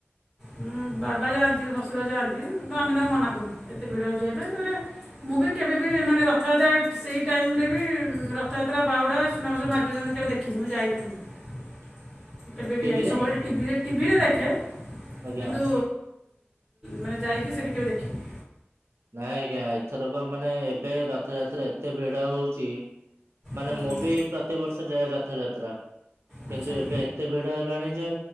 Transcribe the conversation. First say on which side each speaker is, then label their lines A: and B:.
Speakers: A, in the centre; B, on the right.
A: ଉଁ ବାବା ଯାଆନ୍ତି, ଶ୍ୱଶୁର ଯାଆନ୍ତି ତ ଆମେ ତାଙ୍କୁ ମନା କରୁ ଏତେ ଭିଡ଼ରେ ଯିବା ପାଇଁ ତାପରେ ମୁଁ ବି କେବେ ବିି ମାନେ ରଥଯାତ୍ରା ସେଇ ଟାଇମରେ ବି ରଥଯାତ୍ରା ବାହୁଡ଼ା ସୁନାବେଶ ମୁଁ ଆଜି ପର୍ଯ୍ୟନ୍ତ କେବେ ଦେଖ କି ମୁଁ ଯାଇନି ପୁରୀ।
B: <inaudible>
A: ମୁଁ କେବେ
B: ଟିଭିରେ
A: ବି ଯାଇନି ସବୁବେଳେ ଟିଭିରେ ଟିଭିରେ ଦେଖେ।
B: ଆଜ୍ଞା
A: କିନ୍ତୁ ମାନେ ଯାଇକି ସେଠି କେବେ ଦେଖିନି।
B: ନାଇଁ ଆଜ୍ଞା ଏଥରକ ମାନେ ଏବେ ରଥଯାତ୍ରା ଏତେ ଭିଡ ହଉଚି। ମାନେ
A: ହୁଁ,
B: ମୁଁ ବି ପ୍ରତିବର୍ଷ ଯାଏ ରଥଯାତ୍ରା
A: ଆଚ୍ଛା
B: କିନ୍ତୁ
A: ହଁ
B: ଏବେ ଏତେ ଭିଡ ହେଲାଣି ଯେ